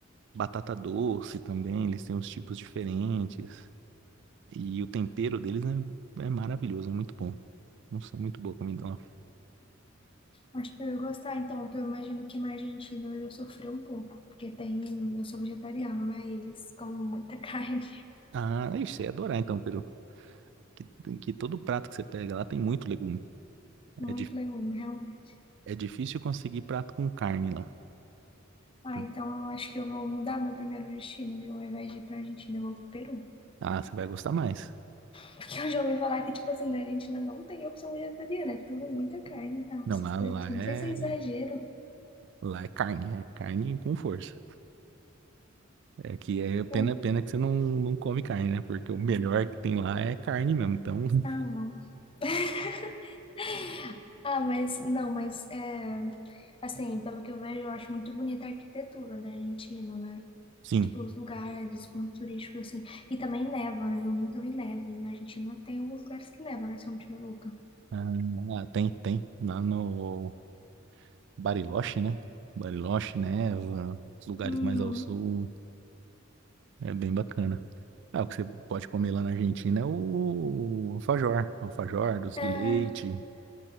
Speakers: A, on the right (about 60°); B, on the left (about 25°).
A: batata doce também, eles têm uns tipos diferentes. E o tempero deles é, é maravilhoso, é muito bom. Nossa, é muito boa a comida lá.
B: Acho que eu ia gostar, então, porque eu imagino que na Argentina eu ia sofrer um pouco. Porque tem. Eu sou vegetariana, né? E eles comem muita <laughs> carne,
A: Ah, aí você ia adorar então, Peru. Que, que todo prato que você pega lá tem muito legume.
B: muito
A: É, di-
B: legume, realmente.
A: é difícil conseguir prato com carne lá.
B: Ah,
A: Por-
B: então eu acho que eu vou mudar meu primeiro destino, viu? Ao invés de ir pra Argentina, eu vou pro Peru.
A: Ah, você vai gostar mais.
B: Porque eu já ouvi falar que, tipo assim, na Argentina não tem opção vegetariana, é tudo muita carne e tal,
A: Não,
B: essas
A: lá,
B: coisas
A: lá
B: assim.
A: é,
B: Não sei se é exagero.
A: lá é carne, é carne com força. É que é pena,
B: É.
A: pena que você não, não come carne, né? Porque o melhor que tem lá é carne mesmo. Então, <laughs>
B: Ah, não. <laughs> Ah, mas não, mas é, assim, pelo que eu vejo, eu acho muito bonita a arquitetura da Argentina, né?
A: sim.
B: Tipo, os lugares, os pontos turísticos, assim. E também neva, né? Eu nunca vi neve. Na Argentina tem alguns lugares que neva, né? Se eu não estiver louca.
A: Ah, tem, tem. Lá no Bariloche, né? Bariloche, Neva, os lugares
B: Hum,
A: mais ao sul. É bem bacana. Ah, o que você pode comer lá na Argentina é o alfajor, alfajor, doce
B: é,
A: de leite.